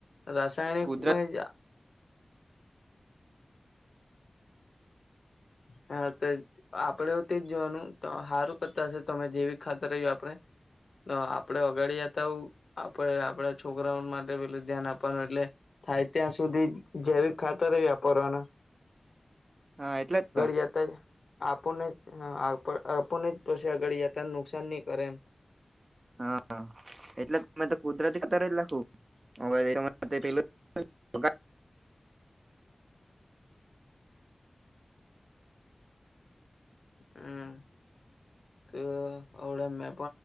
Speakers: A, on the left; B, on the right.
A: રાસાયણિક
B: કુદરતી
A: માં જ હા તો આપડે હો તેજ જોવાનું તો હારું કરતા હશે તમે જેવી ખાતરહ્યું આપણે અ આપડે અગાડી જાતા હો આપડે આપડા છોકરાઓ માટે પેલું ધ્યાન આપવાનું એટલે થાય ત્યાં સુધી જૈવીક ખાતર ઈઆપરવાનું
B: હાં એટલે જ તો
A: એ તો જ આપોને હં આપ આપડને જ પછી આગાળી જતા નુકસાન ની કરે એમ
B: હા એટલે જ મેં તો કુદરતી ખાતર જ લાખુ <unintelligible>
A: હમ્મ, તો હવડમ મે